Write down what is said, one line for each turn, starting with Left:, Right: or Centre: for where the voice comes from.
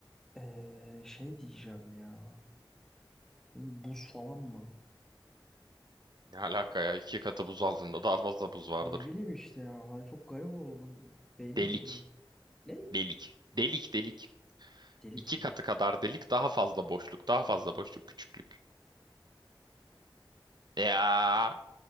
Centre: ee, şey diyeceğim ya. Değil mi? Buz falan mı?
Right: Ne alaka ya? İki katı buz aldığında daha fazla buz vardır.
Centre: Ne bileyim işte ya. Hani çok garip oldu. bu Beynim
Right: Delik.
Centre: durmuyor. Ne?
Right: Delik. Delik delik.
Centre: Delik
Right: İki
Centre: mi?
Right: katı kadar delik, daha fazla boşluk, daha fazla boşluk, küçüklük. Ya,
Centre: Ya